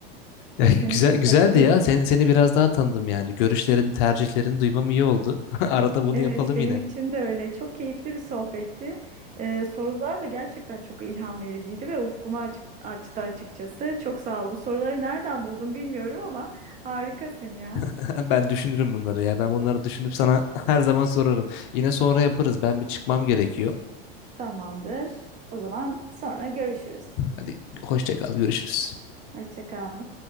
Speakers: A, on the left; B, on the right.
A: Ya
B: Kesinlikle
A: Güzel güzeldi
B: katılıyorum.
A: ya. Seni, seni biraz daha tanıdım yani. Görüşlerini, tercihlerini duymam iyi oldu. <laughs> Arada bunu
B: Evet,
A: yapalım
B: benim
A: yine.
B: için de öyle. Çok keyifli bir sohbetti. Ee, sorular da gerçekten çok ilham vericiydi ve ufkumu açık, açtı açıkçası. Çok sağ ol. Bu soruları nereden buldun bilmiyorum ama harikasın ya.
A: <laughs> Ben düşünürüm bunları ya. Ben bunları düşünüp sana <laughs> her zaman sorarım. Yine sonra yaparız. Ben bir çıkmam gerekiyor.
B: Tamamdır. O zaman sonra görüşürüz.
A: Hadi hoşça kal, görüşürüz.
B: Hoşça kal.